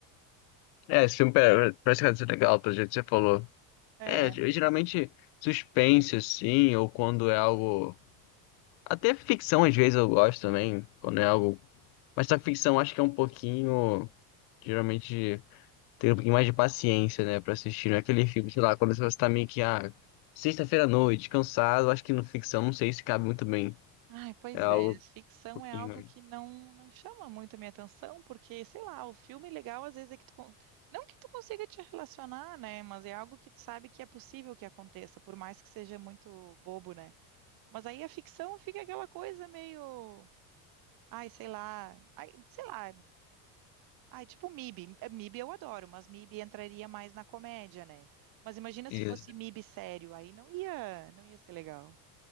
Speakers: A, on the left; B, on the right.
A: É, esse filme pa- parece que vai ser legal, pelo jeito que você falou.
B: É,
A: É, eu geralmente suspense, assim, ou quando é algo. Até ficção, às vezes, eu gosto também, quando é algo Mas a ficção acho que é um pouquinho. Geralmente tem um pouquinho mais de paciência, né, pra assistir. Não é aquele filme, sei lá, quando você tá meio que, ah, sexta-feira à noite, cansado. Acho que no ficção, não sei se cabe muito bem.
B: Ai, pois
A: É algo
B: é, ficção
A: um pouquinho.
B: é algo que não não chama muito a minha atenção, porque, sei lá, o filme legal às vezes é que tu, con- não que tu consiga te relacionar, né, mas é algo que tu sabe que é possível que aconteça, por mais que seja muito bobo, né? Mas aí a ficção fica aquela coisa meio, ai, sei lá, ai, sei lá, ai, tipo MIB, Eh, MIB eu adoro, mas MIB entraria mais na comédia, né? Mas imagina
A: Isso.
B: se fosse MIB sério, aí não ia, não ia ser legal.